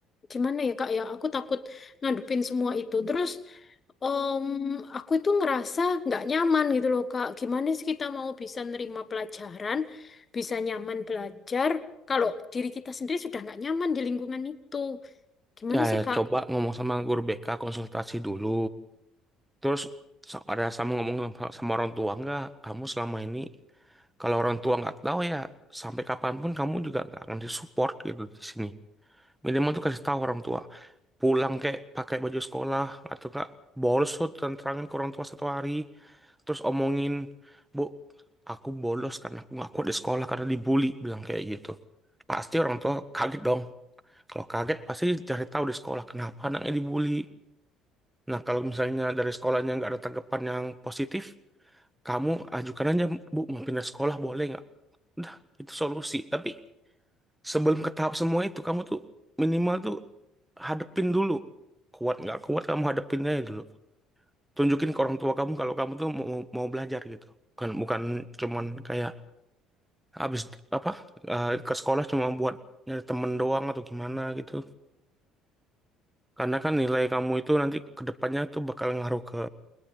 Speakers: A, on the left; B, in the centre.
A: gimana ya Kak ya, aku takut ngadupin semua itu. Terus, em, aku itu ngerasa nggak nyaman gitu loh Kak. Gimana sih kita mau bisa nerima pelajaran, bisa nyaman belajar, kalau diri kita sendiri sudah nggak nyaman di lingkungan itu. Gimana
B: ya,
A: sih
B: ya
A: Kak?
B: coba ngomong sama guru BK konsultasi dulu terus so- ada sama ngomong sama sama orang tua nggak kamu selama ini Kalau orang tua nggak tahu ya sampai kapanpun kamu juga nggak akan disupport gitu di sini. Minimal tuh kasih tahu orang tua. Pulang kayak pakai baju sekolah atau nggak bolos tuh terangin ke orang tua satu hari. Terus omongin, Bu, aku bolos karena aku nggak kuat di sekolah karena dibully. Bilang kayak gitu. Pasti orang tua kaget dong. Kalau kaget pasti cari tahu di sekolah kenapa anaknya dibully. Nah kalau misalnya dari sekolahnya nggak ada tanggapan yang positif, kamu ajukan aja, Bu, mau pindah sekolah boleh nggak? Udah, itu solusi. Tapi sebelum ke tahap semua itu, kamu tuh minimal tuh hadepin dulu. Kuat nggak kuat, kamu hadepin aja dulu. Tunjukin ke orang tua kamu kalau kamu tuh mau, mau belajar gitu. Kan bukan cuman kayak habis apa eh, ke sekolah cuma buat nyari temen doang atau gimana gitu. Karena kan nilai kamu itu nanti ke depannya tuh bakal ngaruh ke